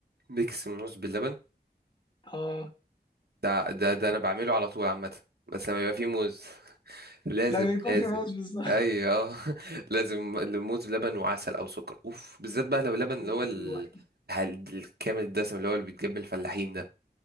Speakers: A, on the right; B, on the left.
A: ميكس من موز باللبن
B: اه
A: ده ده ده انا بعمله على طول عامه بس لما يبقى فيه موز <laughs> لازم
B: لما يكون
A: لازم
B: في موز بالظبط
A: ايوه آه. <laughs> لازم الموز بلبن وعسل او سكر اوف بالذات بقى لو لبن
B: ايوه
A: اللي هو ال- الح- الكامل الدسم اللي هو اللي بيتجاب من الفلاحين ده